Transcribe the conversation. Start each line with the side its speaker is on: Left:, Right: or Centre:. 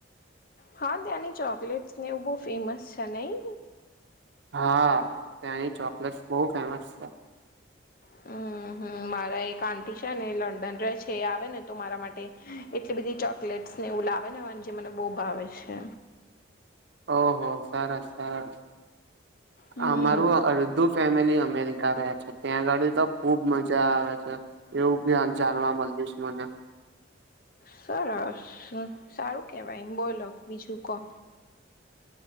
Left: હા ત્યાંની ચોકલેટસ ને એવું બહ ફેમસ છે નહી.
Right: હા ત્યાંની ચોકલેટસ બહુ ફેમસ છે.
Left: <inaudible> હ મારા એક આંટી છે ને લંડન ર છે એ આવે ને તો મારા માટે એટલી બધી ચોકલેટ. ને એવું લાવે ને હો જે મને બહુ ભાવે છે.
Right: ઓહ સરસ સરસ
Left: હમ
Right: અમારું અડધું ફેમિલી અમેરી. કર્યા છે ત્યાં ગાડી તો ખુબ મજા આવે છે એવું બી જાણવા મળ જશ મને.
Left: સરસ સારું કેવાય એમ બોલો બીજું ક. હ <unintelligible>